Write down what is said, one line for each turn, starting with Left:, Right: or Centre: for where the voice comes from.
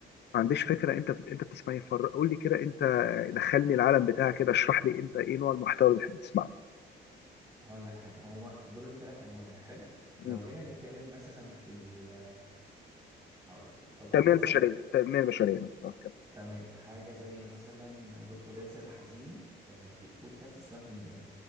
Left: ما عنديش فكره انت انت بتسمعي فر قول لي كده انت دخلني العالم بتاعك كده اشرح لي انت ايه نوع المحتوى اللي بتحب تسمعه
Right: هقول لك حاجة ما هما دول التلات أنواع حلو
Left: مم.
Right: لو جينا نتكلم مثلا في ال هقول لك تطوير
Left: التنميه
Right: الذات
Left: البشريه التنميه البشريه مثلا كده
Right: تمام حاجة زي مثلا دكتور ياسر الحزيمي آه، في بودكاست اسمها فنجان